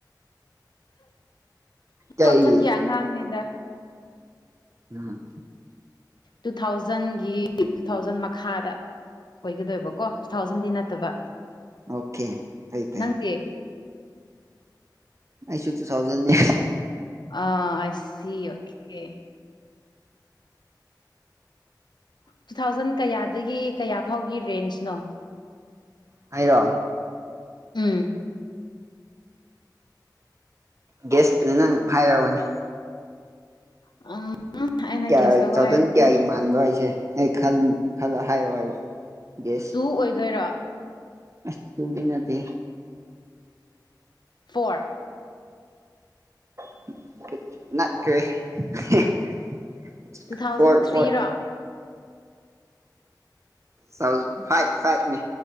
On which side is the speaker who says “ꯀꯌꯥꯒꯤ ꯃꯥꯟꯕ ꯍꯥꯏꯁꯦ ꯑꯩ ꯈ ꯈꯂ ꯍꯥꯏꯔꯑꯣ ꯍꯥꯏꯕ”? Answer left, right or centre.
Right